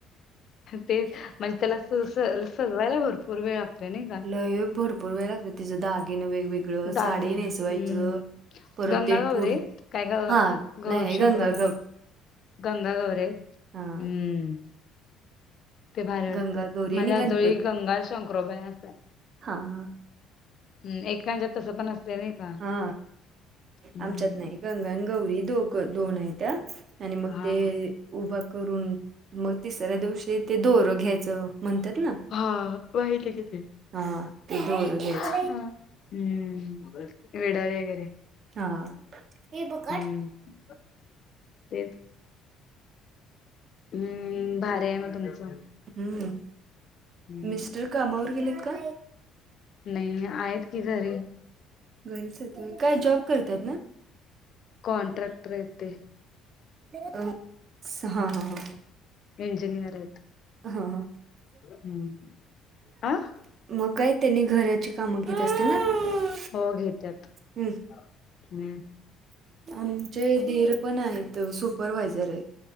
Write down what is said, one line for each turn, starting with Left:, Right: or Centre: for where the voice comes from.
Left: तेच म्हणजे ततेच. सजवायला भरपूर वेळ लागतोय.
Right: हे भरपूर वेळ लागते तिचें दागीने वेगवेगळे.
Left: दागिना
Right: साडी नेसवायचं
Left: हम्म
Right: परत
Left: गंगा
Right: ते
Left: गौरे
Right: पुढ
Left: काय ग
Right: हा नाही
Left: गौरी
Right: नाही गंगा.
Left: शंकरोबा गंगा गौरी हम्म
Right: हां.
Left: ते भारी
Right: गंगागौरी
Left: पडते माझ्या
Right: आणि गणपती
Left: आजोळी गंगा शंकरोबा असं आहे.
Right: हां
Left: हम् एककाांच्या तसं पण असते नाही. का
Right: हा
Left: हम्म
Right: आमच्यात नाही गंगा आणि गौरी दोन आहेत त्या. आणि मग
Left: हा
Right: ते. उभा करून मग तिसऱ्या दिवशी ते दोरं घ्यायचं म्हणतात ना.
Left: हा माहिती कि ते
Right: हा ते दोरं घ्यायचं.
Left: ह हम्. विडा वगैरे
Right: हा हे बघा.
Left: हम्म ते. हम्म भारी आहे मग तुमचं.
Right: हम्म
Left: हम्म
Right: मिस्टर कामावर गेलेत का?
Left: नाही आहेत की घरी.
Right: घरीच आहे काय जॉब करतात ना.
Left: कॉन्ट्रॅक्टर आहेत ते.
Right: अं, स- हा हा हा
Left: <inaudible> इंजिनियर आहेत.
Right: हा हा.
Left: हम्म आ
Right: मग काय त्यांनी घराची कामं घेत असतील ना.
Left: हो घेतात
Right: हम्म
Left: हम.
Right: आमचे धीर पण आहेत सुपरवा्हायझर आहेत.